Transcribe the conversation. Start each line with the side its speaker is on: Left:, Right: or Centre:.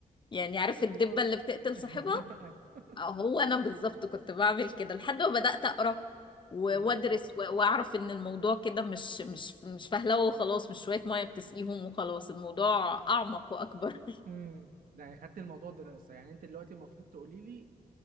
Left: يعني عارف الدبة اللي بتقتل
Right: <laughs>
Left: صاحبها
Right: أيوة.
Left: هو انا بالظبط كنت بعمل كده لحد ما بدأت أقرأ و-
Right: امم
Left: وادرس و- واعرف ان الموضوع كده مش مش مش فهلوه وخلاص مش شوية مية بتسقيهم وخلاص الموضوع اعمق واكبر
Right: امم ده يعني خدت الموضوع دراسه يعني انت دلوقتي المفروض تقولي لي